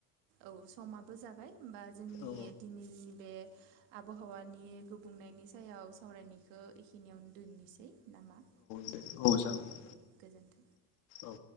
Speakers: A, on the right; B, on the left.
A: औ समाबो जाबाय होमबा जोंनि
B: औ
A: दिनैनि बे आबहावानि गुबुंनायनि सायाव सावरायनायखौ एखिनियावनो दोननोसै नामा?
B: औ जागोन
A: औ दे गोजोन्थों
B: औ औ